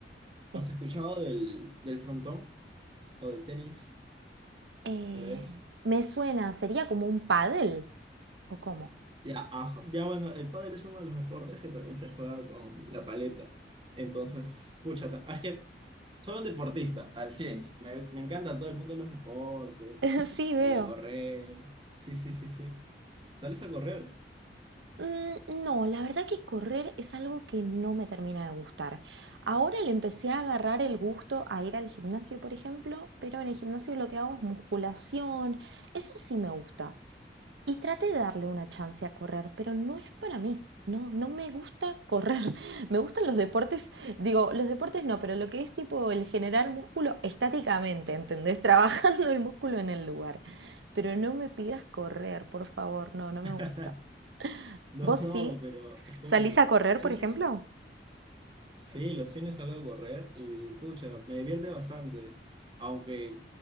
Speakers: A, on the right; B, on the right.
A: Sí.
B: has escuchado del, del frontón o del tenis,
A: Eh,
B: tal vez?
A: me suena, sería como un pádel, ¿o cómo?
B: Ya, ajá. ya bueno, el pádel es uno de los deportes que también se juega con la paleta. Entonces, pucha, ta- es que soy un deportista al 100. Me, me encanta todo el mundo de los deportes,
A: <laughs> Sí,
B: salir
A: veo.
B: a correr. Sí, sí, sí, sí. Sales a correr.
A: Mm, no, la verdad que correr es algo que no me termina de gustar. Ahora le empecé a agarrar el gusto a ir al gimnasio, por ejemplo, pero en el gimnasio lo que hago es musculación. Eso sí me gusta. Y traté de darle una chance a correr, pero no es para mí. No, no me gusta correr. <laughs> Me gustan los deportes, digo, los deportes no, pero lo que es tipo el generar músculo estáticamente, ¿entendés? <laughs> Trabajando el músculo en el lugar. Pero no me pidas correr, por favor, no, no me
B: <laughs>
A: gusta.
B: No,
A: ¿Vos
B: no,
A: sí?
B: pero es como
A: ¿Salís
B: que...
A: a correr,
B: Sí,
A: por
B: sí,
A: ejemplo?
B: sí. Sí, los fines salgo a correr y pucha, me divierte bastante, aunque